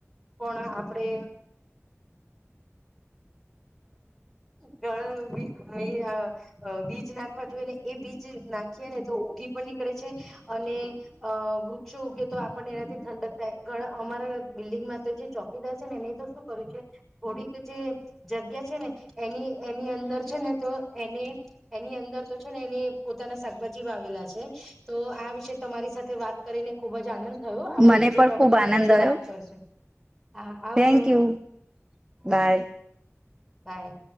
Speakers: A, in the centre; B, on the right (about 15°).
A: પણ આપડે ઘ બીજ નાખવા જોઈએ એ બીજ નાખીએ ને તો ઊઘી પણ નીકળે છે. અને વૃક્ષો ઉગે તો આપણને એનાથી ઠંડક થાય ઘણા અમારા બિલ્ડિંગમાં તો જે ચો કીદાર છે ને એને તો શું કર્યું છે થોડીક જે જગ્યા છે ને એની એની અંદર છે ને તો એને એની અંદર તો છે ને એને પોતાના શાકભાજી વાવેલા છે તો આ વિશે તમારી સાથે વાત કરીને ખુબ જ આનંદ થયો આપણે
B: મને
A: બીજા
B: પણ
A: ટોપિક
B: ખુબ
A: પર
B: આનંદ
A: પછી
B: આવ્યો
A: વાત કરશે. હા આવજો
B: થેન્ક યુ
A: હા.
B: Bye
A: by.